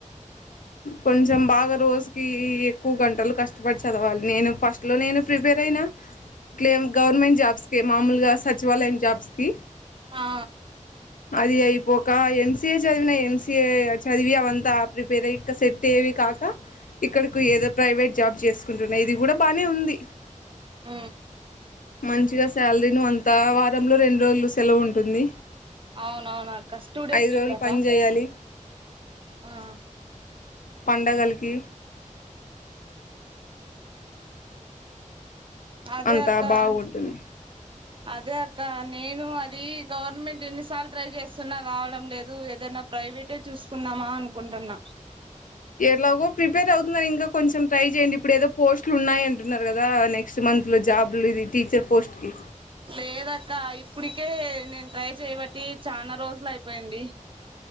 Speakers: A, on the left; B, on the right.
A: కొంచెం బాగా రోజుకి ఎక్కువ గంటలు కష్టపడి చదవాలి. నేను ఫస్ట్లో నేను ప్రిపేర్ అయినా క్లెమ్ గవర్నమెంట్ జాబ్స్కి మామూలుగా సచివాలయం జాబ్స్కి
B: ఆ
A: అది అయిపోకా ఎమ్ సీ ఏ చదివిన ఎమ్ సి ఏ చదివి అవంతా ప్రిపేరయి ఇగ సెట్ ఏవి కాక ఇక్కడకి ఏదో ప్రైవేట్ జాబ్ చేసుకుంటున్నా ఇది కూడా బానే ఉంది.
B: ఊ
A: మంచిగా శాలరీను అంతా వారంలో రెండు రోలు సెలవు ఉంటుంది.
B: అవునవునా అక్క స్ టూ డేస్
A: ఐదు
B: వీకాఫ్
A: రోజులు పని చేయాలి
B: ఆ
A: పండగలికి
B: అదే
A: అంతా
B: అక్క
A: బాగుంటుంది
B: అన్ అదే అక్క నేను అది గవర్నమెంట్ ఎన్నిసార్లు ట్రై చేస్తున్నా రావడం లేదు. ఏదైనా ప్రైవేటే చూసుకున్నామా అనుకుంటున్నా
A: ఎలాగో ప్రిపేర్ అవుతున్నారు ఇంకా కొంచెం ట్రై చేయండి ఇప్పుడు ఏదో పోస్ట్లు ఉన్నాయి అంటున్నారు కదా నెక్స్ట్ మంత్ లో జాబ్లిది టీచర్ పోస్ట్కి
B: లేదక్క ఇప్పుటికే నేను ట్రై చేయబట్టి చానా రోజులు అయిపోయింది.